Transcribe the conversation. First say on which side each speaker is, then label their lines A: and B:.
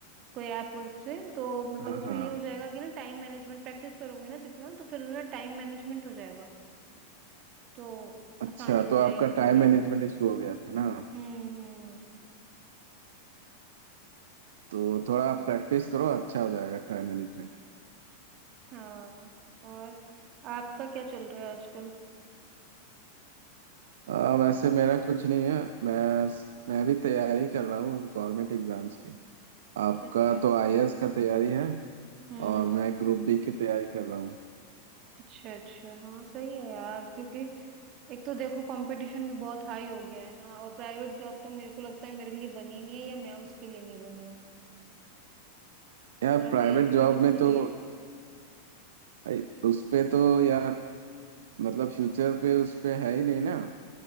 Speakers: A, on the right (about 35°); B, on the right (about 60°).
A: कोई ऐप वगैरह से तो मतलब
B: हाँ
A: उसमें
B: हाँ
A: ये हो जाएगा कि ना टाइम मैनेजमेंट प्रैक्टिस करूंगी ना जितना तो फिर ना टाइम मैनेजमेंट हो जाएगा तो
B: अच्छा
A: आसानी हो
B: तो
A: जाएगी
B: आपका टाइम
A: थोड़ी
B: मैनेजमेंट इशू हो गया है ना
A: हम्म हम्म
B: तो थोड़ा आप प्रैक्टिस करो अच्छा हो जाएगा टाइम मैनेजमेंट
A: हाँ और आपका क्या चल रहा है आजकल
B: आ, वैसे मेरा कुछ नहीं है मैं मैं भी तैयारी कर रहा हूँ गवर्नमेंट एग्जाम्स की आपका
A: अच्छा अच्छा
B: तो आईएएस का तैयारी है
A: हम्म
B: और मैं ग्रुप बी की तैयारी कर रहा हूँ
A: अच्छा अच्छा हाँ सही है यार क्योंकि एक तो देखो कंपटीशन भी बहुत हाई हो गया है ना और प्राइवेट जॉब तो मेरे को लगता है मेरे लिए बनी नहीं है या मैं उसके लिए नहीं बनी हूँ
B: यार
A: और अब
B: प्राइवेट
A: एज
B: जॉब
A: भी निकल
B: में तो
A: रही है
B: आई- उस पे तो यार मतलब फ्यूचर पे उस पे है ही नहीं ना